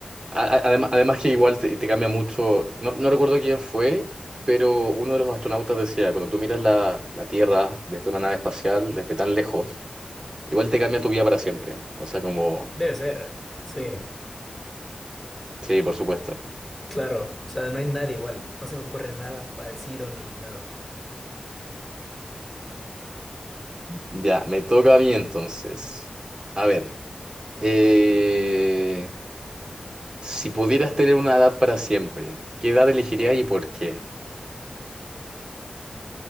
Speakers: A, on the right (about 35°); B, in the centre.
A: Además, además que igual te, te cambia mucho, no, no recuerdo quién fue, pero uno de los astronautas decía, cuando tú miras la, la Tierra desde una nave espacial, desde tan lejos, igual te cambia tu vida para siempre. O sea, como,
B: debe ser, sí,
A: sí, por supuesto.
B: claro. O sea, no hay nada igual, no se me ocurre nada parecido ni nada.
A: Ya, me toca a mí entonces. A ver, eh, Si pudieras tener una edad para siempre, ¿qué edad elegirías y por qué?